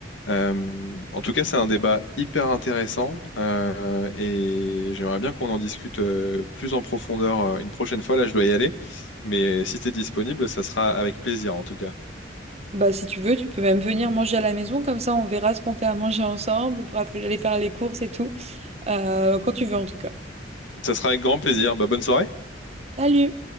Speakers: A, on the left; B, on the right.
A: Euh, en tout cas, c'est un débat hyper intéressant euh, et j'aimerais bien qu'on en discute euh, plus en profondeur euh, une prochaine fois. Là, je dois y aller, mais si tu es disponible, ça sera avec plaisir en tout cas.
B: Bah, si tu veux, tu peux même venir manger à la maison, comme ça on verra ce qu'on fait à manger ensemble pour aller faire les courses et tout. Euh, quand tu veux en tout cas.
A: Ça sera avec grand plaisir. Bah, bonne soirée.
B: Salut!